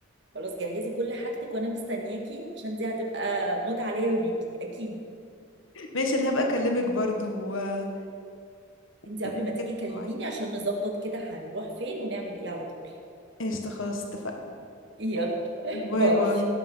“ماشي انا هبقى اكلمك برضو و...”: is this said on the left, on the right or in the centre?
Left